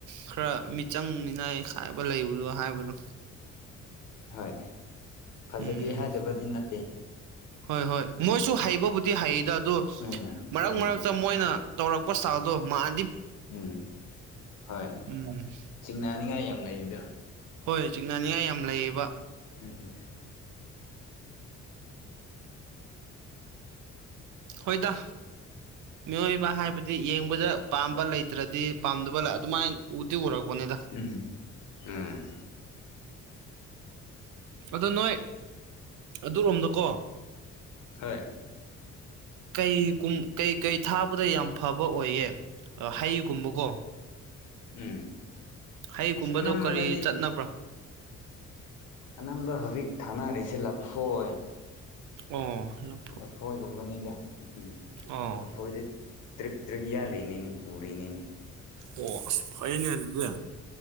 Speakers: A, on the right; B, on the left.
A: ꯈꯔ ꯃꯤꯆꯪ ꯃꯤꯅꯥꯏ ꯈꯥꯏꯕ ꯂꯩꯕꯗꯣ ꯍꯥꯏꯕꯗꯣ
B: ꯍꯣꯏ ꯐꯖꯗꯦ
A: ꯎꯝ
B: ꯍꯥꯏꯗꯕꯗꯤ ꯅꯠꯇꯦ
A: ꯍꯣꯏ ꯍꯣꯏ ꯃꯣꯏꯁꯨ ꯍꯩꯕꯕꯨꯗꯤ ꯍꯩꯗ ꯑꯗꯣ
B: ꯎꯝ
A: ꯃꯔꯛ
B: ꯎꯝ
A: ꯃꯔꯛꯇ ꯃꯣꯏꯅ ꯇꯧꯔꯛꯄ ꯁ꯭ꯇꯥꯜꯗꯣ ꯃꯥꯟ
B: ꯎꯝ ꯍꯣꯏ
A: ꯎꯝ
B: ꯆꯤꯡꯅꯅꯤꯡꯉꯥꯏ ꯌꯥꯝ ꯂꯩꯔꯤꯗ
A: ꯍꯣꯏ ꯆꯤꯡꯅꯅꯤꯡꯉꯥꯏ ꯌꯥꯝ ꯂꯩꯌꯦꯕ
B: ꯎꯝ
A: ꯍꯣꯏꯗ
B: <inaudible>
A: ꯃꯤꯑꯣꯏꯕ ꯍꯥꯏꯕꯗꯤ ꯌꯦꯡꯕꯗ ꯄꯥꯝꯕ ꯂꯩꯇ꯭ꯔꯗꯤ ꯄꯥꯝꯗꯕ ꯑꯗꯨꯃꯥꯏꯟ ꯎꯗꯤ ꯎꯔꯛꯄꯅꯤꯗ
B: ꯎꯝ ꯎꯝ
A: ꯑꯗꯣ ꯅꯣꯏ ꯑꯗꯨꯔꯣꯝꯗꯀꯣ
B: ꯍꯣꯏ
A: ꯀꯩꯀꯨꯝ ꯀꯩꯀꯩ ꯊꯥꯕꯗ ꯌꯥꯝ ꯐꯕ ꯑꯣꯏꯌꯦ ꯑ ꯍꯩꯒꯨꯝꯕꯀꯣ
B: ꯎꯝ
A: ꯍꯩꯒꯨꯝꯕꯗꯣ
B: ꯑꯁ ꯑꯅꯝꯕꯗꯗꯤ
A: ꯀꯔꯤ ꯆꯠꯅꯕ꯭ꯔꯥ
B: ꯑꯅꯝꯕ ꯍꯧꯖꯤꯛ ꯊꯥꯅꯔꯤꯁꯦ ꯂꯐꯣꯏ
A: ꯑꯣ ꯂ
B: ꯂꯐꯣꯏꯒꯨꯝꯕꯅꯤꯗ ꯎꯝ
A: ꯑꯣ
B: ꯂꯐꯣꯏꯗꯤ ꯇ꯭ꯔꯤꯞ ꯇ꯭ꯔꯤꯞ ꯌꯥꯜꯂꯤꯅꯤꯅꯤ ꯄꯨꯔꯤꯅꯤꯅꯦ
A: ꯑꯣ ꯑꯁ ꯐꯩꯌꯦꯅꯦ ꯑꯗꯨꯗꯤ